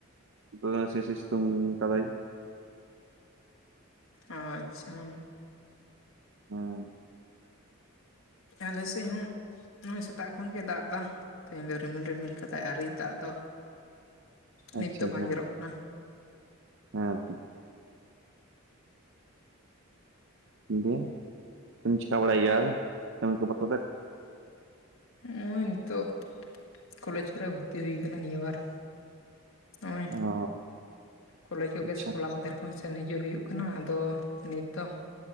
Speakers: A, on the right; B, on the left.
A: ᱱᱤᱛᱚᱜ ᱫᱚ ᱥᱤ ᱥᱤ ᱥᱤᱛᱩᱝ ᱠᱟᱫᱟᱭ᱾ <inaudible>
B: ᱦᱮᱸ ᱟᱪᱷᱟ᱾
A: ᱦᱩᱸ᱾
B: ᱟᱞᱮ ᱥᱮᱜ ᱦᱚᱸ, ᱱᱚᱜᱼᱚᱭ ᱥᱮᱛᱟᱜ ᱠᱷᱚᱱ ᱜᱮ ᱫᱟᱜ ᱮᱫᱟ, ᱛᱮᱦᱮᱸᱧ ᱫᱚ ᱨᱤᱢᱤᱞ ᱨᱤᱢᱤᱞ ᱠᱟᱫᱟᱭ ᱟᱹᱣᱨᱤ ᱫᱟᱜ ᱫᱚ᱾
A: ᱟᱪᱷᱟ
B: ᱱᱤᱛ ᱫᱚ ᱵᱟᱝ
A: ᱡᱟ
B: ᱡᱚᱨᱚᱜ ᱠᱟᱱᱟ
A: ᱦᱮᱸ ᱫᱚ᱾ ᱫᱤᱭᱮ ᱪᱮᱢ ᱪᱤᱠᱟ ᱵᱟᱲᱟᱭ ᱜᱤᱭᱟ ᱟᱨ ᱠᱟ. ᱢᱤ ᱠᱚᱫᱚ ᱠᱟᱛᱮᱫ᱾
B: ᱱᱚᱜ-ᱚᱭ ᱱᱤᱛᱳᱜ ᱠᱚᱞᱮᱡᱽ ᱠᱚᱨᱮ ᱵᱷᱚᱨᱛᱤ ᱦᱩᱭ ᱟᱠᱟᱱᱟ ᱱᱤᱭᱟᱹ ᱵᱟᱨ᱾ ᱱᱚᱜᱼᱚᱭ
A: ᱚ
B: ᱠᱚᱞᱮᱡᱽ ᱠᱚᱜᱮ
A: ᱟᱪᱪᱷᱟ
B: ᱦᱚᱞᱟ ᱢᱟᱫᱷᱮᱨ ᱠᱷᱚᱱ ᱥᱮᱱ ᱦᱤᱡᱩᱜ ᱦᱩᱭᱩᱜ ᱠᱟᱱᱟ ᱟᱫᱚ ᱱᱤᱛ ᱫᱚ,